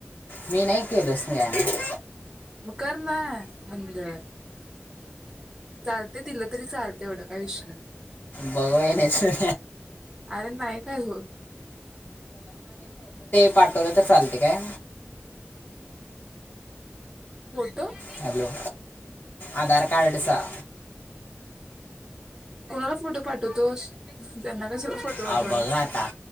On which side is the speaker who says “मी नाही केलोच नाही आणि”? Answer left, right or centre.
Left